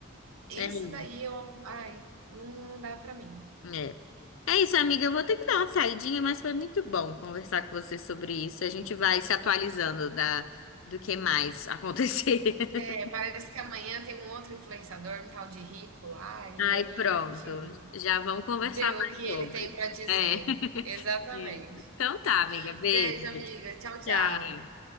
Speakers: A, on the right; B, on the left.
A: isso
B: é.
A: daí eu, ai, não, não dá pra mim.
B: É. É isso, amiga. Eu vou ter que dar uma saidinha, mas foi muito bom conversar com você sobre isso. A gente vai se atualizando da, do que mais acontecer. <laughs>
A: É, parece que amanhã tem um outro influenciador, um tal de Rico lá, e
B: Ai,
A: aí
B: pronto.
A: a gente
B: Já vamos conversar
A: vê
B: mais
A: o que
B: sobre.
A: ele tem pra dizer.
B: É. <laughs>
A: Exatamente.
B: Isso. Então tá, amiga. Beijo.
A: Beijo, amiga. Tchau, tchau.
B: Tchau.